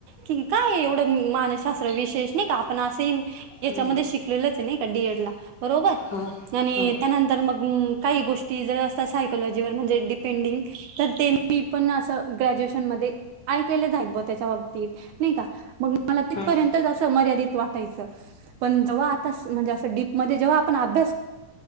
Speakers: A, on the right; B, on the left.
A: कि काय एवढं मानसशास्त्र विशेष नाही का आपण अस याच्यामध्ये
B: हम्म
A: शिकलेलच आहे नाही का डीएड ला बरोबर
B: हम्म
A: आणि
B: हम्म
A: त्यानंतर मग काही गोष्टी जर असतात सायकोलॉजीवर म्हणजे डिपेंडिंग तर ते मी पण असं ग्रॅज्युएशन मध्ये आय केलेलं जा आहे ब त्याच्या बाबत नाही का मग मला तिथपर्यंतच
B: हम्म
A: असं मर्यादित वाटायचं पण जव्हा आता म्हणजे असं डीपमध्येध्ये जेव्हा अणे